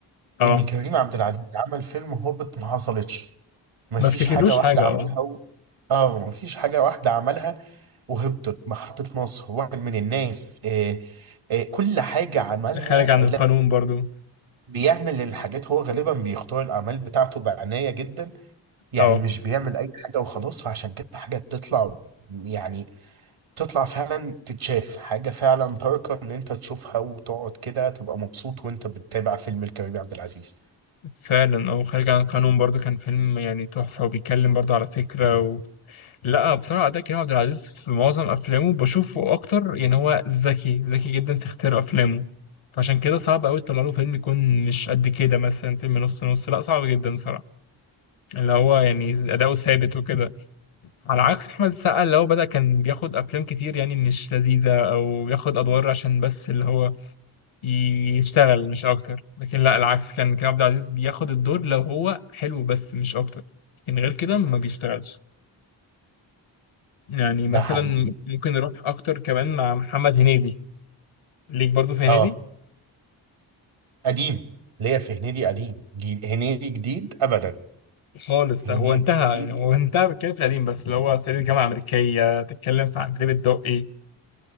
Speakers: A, on the left; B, on the right.
A: أه
B: ان كريم عبد العزيز عمل فيلم هوبت ما حصلتش مفيش
A: ما افتكرلوش
B: حاجه واحده
A: حاجة
B: عملها
A: أه
B: هو اه مفيش حاجه واحده عملها وهبطت محطة مصر واحد من الناس آه، آه، كل حاجة عملها
A: خارج عن
B: آه، لا
A: القانون برضو
B: بيعمل الحاجات هو غالبا بيختار الأعمال بتاعته بعناية جدا يعني
A: أه
B: مش بيعمل أي حاجة وخلاص فعشان كده الحاجة تطلع يعني تطلع فعلا تتشاف حاجة فعلا تاركة إن أنت تشوفها وتقعد كده تبقى مبسوط وأنت بتتابع فيلم الكريم عبد العزيز
A: فعلا أه خارج عن القانون برضو كان فيلم يعني تحفة وبيتكلم برضو على فكرة و... لا بصراحة أداء كريم عبد العزيز في معظم أفلامه بشوفه أكتر يعني هو ذكي ذكي جدا في اختيار أفلامه فعشان كده صعب أوي تطلع له فيلم يكون مش قد كده مثلا فيلم نص نص لا صعب جدا بصراحة اللي هو يعني أداؤه ثابت وكده على عكس احمد السقا اللي هو بدأ كان بياخد افلام كتير يعني مش لذيذة او بياخد ادوار عشان بس اللي هو يشتغل مش اكتر لكن لا العكس كان كريم عبد العزيز بياخد الدور لو هو حلو بس مش اكتر لكن غير كده ما بيشتغلش يعني
B: ده
A: مثلا
B: حقيقي
A: ممكن نروح اكتر كمان مع محمد هنيدي ليك برضو في هنيدي
B: اه قديم ليا في هنيدي قديم جي- هنيدي جديد أبدا
A: خالص ده
B: هنيدي
A: هو انتهى
B: جديد
A: يعني هو انتهى بيتكلم في القديم بس اللي هو صعيدي في الجامعة الأمريكية تتكلم في عندليب الدقي